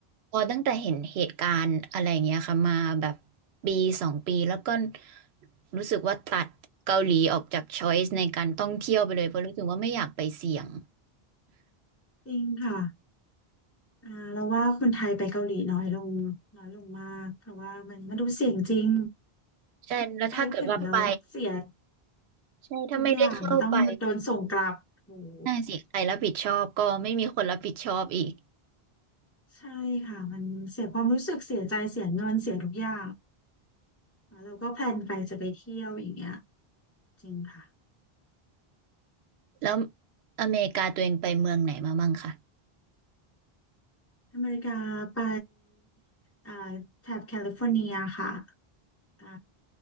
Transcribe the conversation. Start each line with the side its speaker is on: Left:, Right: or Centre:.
Right: พอตั้งแต่เห็นเหตุการณ์อะไรอย่างเงี้ยค่ะมาแบบปีสองปีแล้วก็รู้สึกว่าตัดเกาหลีออกจากช้อยส์ในการท่องเที่ยวไปเลยเพราะรู้สึกว่าไม่อยากไปเสี่ยง
Left: จริงค่ะ อ่าเราว่าคนไทยไปเกาหลีน้อยลงน้อยลงมากเพราะว่ามันมันดูเสี่ยงจริง
Right: ใช่แล้วถ้าเกิดว่าไป
Left: ไปถึงแล้วเสีย
Right: ใช่ถ้าไม่ได้เข้าไป
Left: ทุกอย่างต้องโดนส่งกลับโอ้โห
Right: น่าสิใครรับผิดชอบก็ไม่มีคนรับผิดชอบอีก
Left: ใช่ค่ะมันเสียความรู้สึกเสียใจเสียเงินเสียทุกอย่างแล้วเราก็แพลนไปจะไปเที่ยวอย่างเงี้ยจริงค่ะ
Right: แล้วอเมริกาตัวเองไปเมืองไหนมามั่งคะ
Left: อเมริกาไปอ่าแถบแคลิฟอร์เนียค่ะอ่า